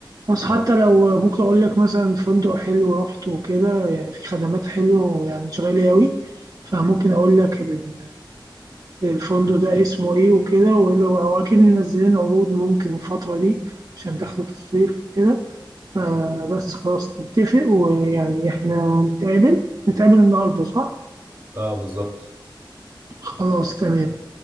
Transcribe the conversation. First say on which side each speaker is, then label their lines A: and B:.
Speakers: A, on the right; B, on the right.
A: بس حتى
B: اه
A: لو ممكن أقول لك مثلا فندق حلو رحت وكده يعني في خدمات حلوة ويعني مش غالية أوي فممكن أقول لك ال- الفندق ده اسمه إيه وكده وإيه- اللي هو- وأكيد منزلين عروض ممكن الفترة دي عشان دخلت الصيف وكده فبس خلاص نتفق ويعني إحنا نتقابل نتقابل النهاردة صح؟
B: آه، بالظبط
A: خلاص تمام